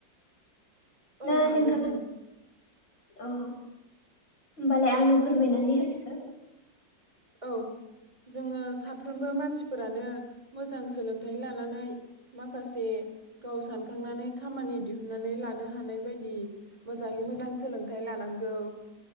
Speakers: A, on the left; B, on the right.
A: ना
B: औ हागोन
A: नोंथां औ। ओमबालाय आंनो
B: जों
A: फोरमायनानै होदो।
B: औ जोङो साफ्रोमबो मानसिफोरानो मोजां सोलोंथाइ लानानै माखासे गाव सानखांनानै खामानि दिहुनन्नानै लानो हानाय बायदि मोजाङै मोजां सोलोंथाइ लानांगौ